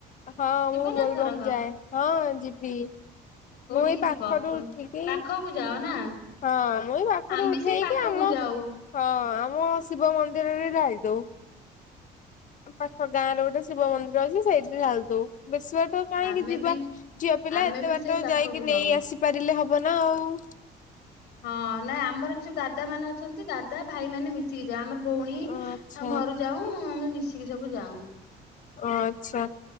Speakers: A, on the left; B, on the left.
A: ହଁ
B: ଯିବ
A: ମୁଁ ବୋଲବମ୍
B: ନା ଏଥରକ
A: ଯାଏ ହଁ ଯିବି।
B: କୋଉଠିକି
A: ମୁଁ ଏଇ ପାଖରୁ
B: ଯିବ
A: ଉଠିକି
B: ପାଖକୁ ଯାଅ ନା।
A: ହଁ ମୁଁ ଏଇ ପାଖରୁ
B: ଆମେ
A: ଉଠେଇକି
B: ବି ସେଇ ପାଖକୁ
A: ଆମ
B: ଯାଉ।
A: ହଁ ଆମ ଶିବ ମନ୍ଦିରରେ ଢାଳି ଦଉ। ପାଖ ଗାଁରେ ଗୋଟେ ଶିବ ମନ୍ଦିର ଅଛି ସେଇଠି ଢାଳିଦଉ ବେଶୀ ବାଟ ତ କାହିଁକି
B: ଆମେ
A: ଯିବା
B: ବି
A: ଝିଅ ପିଲା
B: ଆମେ
A: ଏତେ
B: ବି
A: ବାଟ
B: ସେଇ ପାଖକୁ
A: ଯାଇକି
B: ଯାଉ।
A: ନେଇ ଆସିପାରିଲେ ହବ ନା ଆଉ।
B: ହଁ ନାଇଁ ଆମର ଏଠି ଯୋଉ ଦାଦା ମାନେ ଅଛନ୍ତି ଦାଦା ଭାଇ ମାନେ ମିଶି ମିଶିକି ଯାଉ ଆମର ଭଉଣୀ
A: ଆଚ୍ଛା।
B: ଘରୁ ଯାଉ ଆମେ ମିଶିକି ସବୁ ଯାଉ।
A: ଓ ଆଛା